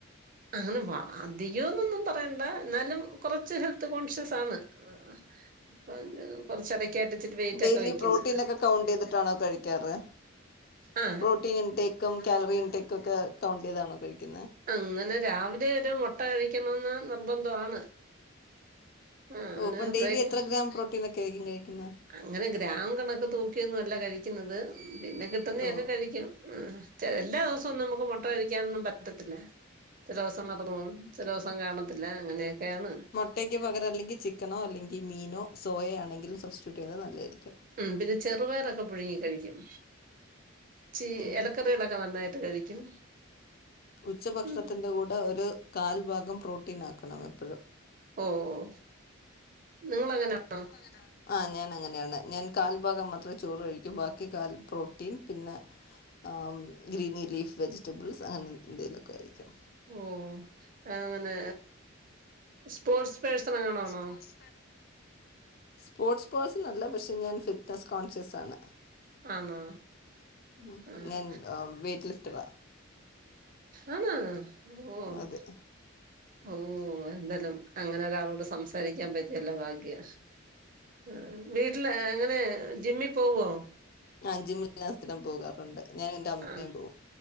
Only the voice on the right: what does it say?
അങ്ങനെ വ അധികംന്നൊന്നും പറയണ്ട എന്നാലും കൊറച്ച് ഹെൽത്ത് കോൺഷ്യസ് ആണ് ഹ് ഹ്. അപ്പ കൊറച്ചടക്കായിട്ട് ച്ചിട്ട് വെയിറ്റ്ക്കെ
വയ്ക്കുന്ന്.
ആ
അങ്ങനെ രാവിലെ ഒരു മുട്ട കഴിക്കണന്ന് നിർബന്ധമാണ്. ആ അങ്ങനെ
ബ്രേക്ക്
അങ്ങനെ ഗ്രാം കണൊക്കെ തൂക്കിയൊന്നും അല്ല കഴിക്കുന്നത്. പിന്നെ കിട്ടുന്നൊക്കെ
കഴിക്കും ഉം ചെ എല്ലാ ദിവസവും ഒന്നും നമുക്ക് മുട്ട കഴിക്കാനൊന്നും പറ്റത്തില്ല. ചെല ദിവസം <unintelligible> ചില ദിവസം കാണത്തില്ല അങ്ങനെയക്കെയാണ്.
ഉം പിന്നെ ചെറുപയറൊക്കെ പുഴുങ്ങി കഴിക്കും. ചീ
ഇലക്കറികളൊക്കെ നന്നായിട്ട് കഴിക്കും
ഉം.
ഓഹ് നിങ്ങളങ്ങനാണോ?
ഓഹ് അങ്ങനെ സ്പോർട്സ് പേഴ്സൺ അങ്ങനാണോ
ആണോ
ആഹ്
ആണാ ഓഹ്
ഓഹ് എന്താലും അങ്ങനെ ഒരാളോട് സ് സംസാരിക്കാൻ പറ്റിയല്ലോ ഭാഗ്യ. ആഹ് വീട്ടില് എങ്ങനെ ജിമ്മി പോവോ
ആഹ്